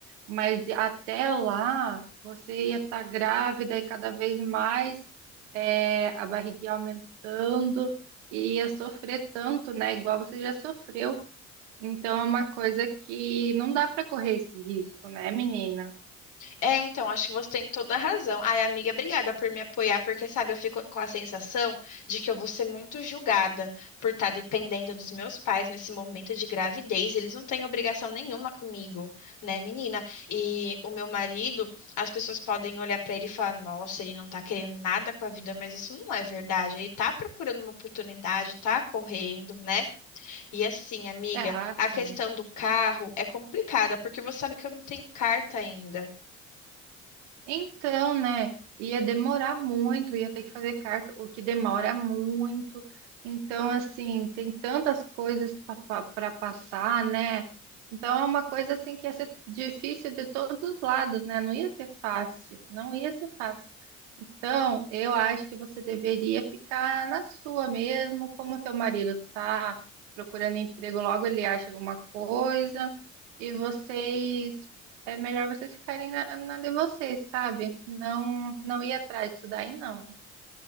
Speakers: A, on the right; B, on the left.
A: Mas até lá você ia estar grávida e cada vez mais é, a barriguinha aumentando e ia sofrer tanto, né? Igual você já sofreu. Então, é uma coisa que não dá para correr esse risco, né, menina?
B: É, então, acho que você tem toda a razão. Ai, amiga, obrigada por me apoiar, porque, sabe, eu fico com a sensação de que eu vou ser muito julgada por estar dependendo dos meus pais nesse momento de gravidez. Eles não têm obrigação nenhuma comigo, né, menina? E o meu marido, as pessoas podem olhar pra ele e falar: nossa, ele não tá querendo nada com a vida, mas isso não é verdade. Ele tá procurando uma oportunidade, tá correndo, né? E assim, amiga,
A: É assim.
B: a questão do carro é complicada, porque você sabe que eu não tenho carta ainda.
A: Então, né? Ia demorar muito, ia ter que fazer carta, o que demora muito. Então, assim, tem tantas coisas para passar, né? Então, é uma coisa assim que ia ser difícil de todos os lados, né? Não ia ser fácil, não ia ser fácil. Então, eu acho que você deveria ficar na sua mesmo, como teu marido tá procurando emprego, logo ele acha alguma coisa e vocês é melhor vocês ficarem na, na de vocês, sabe? Não, não ir atrás disso daí, não,